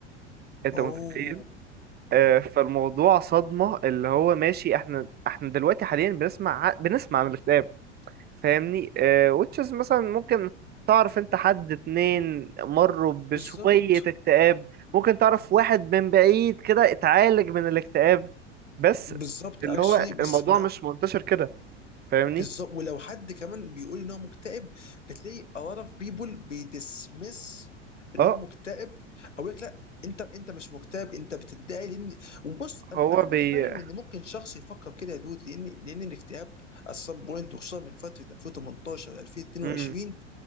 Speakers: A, on the right; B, on the left.
A: انت
B: اوه
A: متخيل آه، فالموضوع صدمة اللي هو ماشي احنا احنا دلوقتي حاليا بنسمع ع- بنسمع عن الاكتئاب فاهمني آه، which is مثلا ممكن تعرف انت حد اتنين مروا بشوية
B: بالظبط
A: اكتئاب ممكن تعرف واحد من بعيد كده اتعالج من الاكتئاب بس
B: بالظبط
A: اللي
B: اكشلي
A: هو
B: بس
A: الموضوع
B: ما
A: مش منتشر كده فاهمني
B: بالظبط ولو حد كمان بيقول ان هو مكتئب بتلاقي a lot of people بيدسمس ان
A: اه
B: هو مكتئب او يقول لك لا انت انت مش مكتئب انت بتدعي لان وبص انا
A: هو
B: أنا
A: بي
B: متفهم ان ممكن شخص يفكر كده يا دود لان لان الاكتئاب at some point وخصوصا من فتره 2018 ل 2022
A: مم.